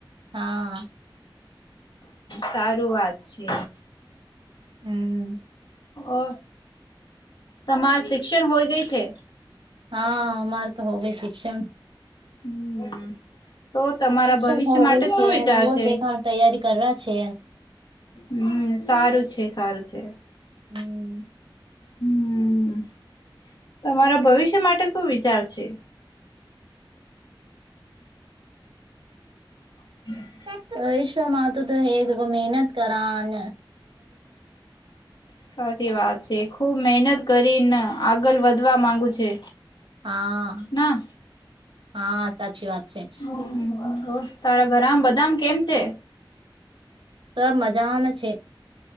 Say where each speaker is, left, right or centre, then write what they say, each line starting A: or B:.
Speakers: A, on the right (about 75°); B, on the left (about 60°).
A: હા
B: સારું વાત છે.
A: હે
B: ઓ તમાર શિક્ષણ હોય ગઈ કે
A: હા માર તો હો ગઈ શિક્ષણ
B: હમ્મ. તો તમારા
A: શિક્ષણ
B: ભવિષ્ય
A: હો
B: માટે
A: ગઈ છે
B: શું વિચાર
A: અને વો
B: છે?
A: દેખા તૈયારી કરવા છે
B: હમ્મ સારું છે સારું છે.
A: <inaudible>
B: હમ્મ તમારા ભવિષ્ય માટે શું વિચાર છે? <inaudible>
A: <inaudible> ભવિષ્યમાં તું તો હે મહેનત કરા ને
B: સાચી વાત છે ખુબ મહેનત કરીને આગળ વધવા માંગુ છે.
A: હા
B: ના
A: હા સાચી વાત છે.
B: હમ્મ તારા ઘરામ બધા કેમ છે?
A: સબ મજામાં છે.